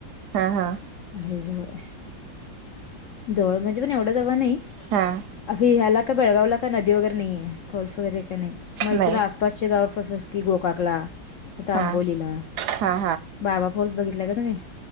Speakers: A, on the right; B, on the left.
A: हां हां
B: हांय जवळं. जवळं म्हणजे पणं एवढे जवळं नाहीं.
A: हां
B: अभी ह्यांला कां बेळगांवला कां नदी वगैरें नाहीें फॉल्स वगैरें कां नाहीं गावांत
A: नाही
B: की गोकांकलां नाहीं तरं
A: हा
B: आंबोलीला.
A: हा
B: बाबां फॉल्स बघितलांय कां तुम्हीं?